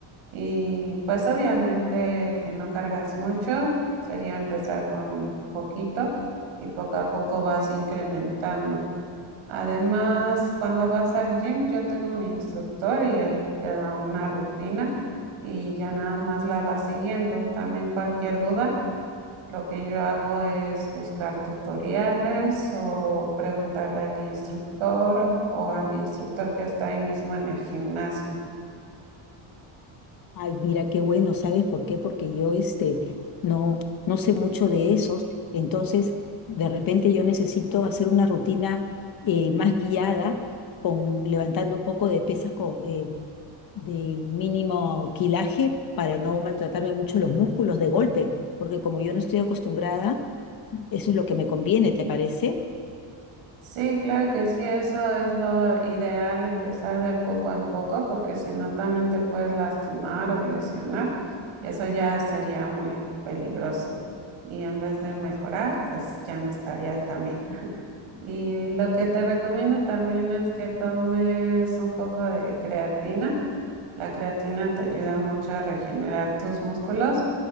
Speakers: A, on the right (about 80°); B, on the left (about 45°).
A: Y pues obviamente que no cargas mucho, sería empezar con poquito y poco a poco vas incrementando. Además, cuando vas al gym, yo tengo mi instructor y él te da una rutina y ya nada más la vas siguiendo. También cualquier duda, lo que yo hago es buscar tutoriales o preguntarle al instructor o al instructor que está ahí mismo en el gimnasio.
B: Ay, mira qué bueno, ¿sabes por qué? Porque yo este no no sé mucho de esos, entonces de repente yo necesito hacer una rutina eh, más guiada con levantando un poco de pesas co- eh, de mínimo quilaje para no maltratarme mucho los músculos de golpe, porque como yo no estoy acostumbrada, eso es lo que me conviene, ¿te parece?
A: Sí, claro que sí, eso es lo ideal, empezar de poco en poco, porque si no también te puedes lastimar o lesionar, y eso ya sería muy peligroso. Y en vez de mejorar, pues ya no estarías tan bien. <laughs> Y lo que te recomiendo también es que tomes un poco de creatina. La creatina te ayuda mucho a regenerar tus músculos